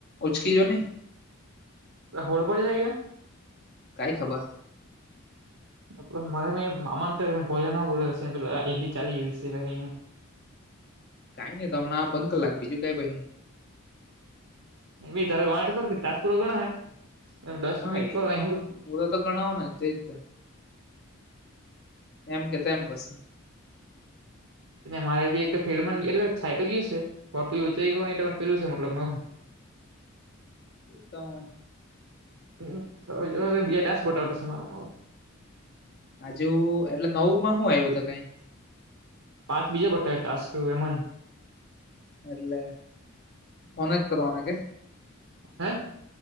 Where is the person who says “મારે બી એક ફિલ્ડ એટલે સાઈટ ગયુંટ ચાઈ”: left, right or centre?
Right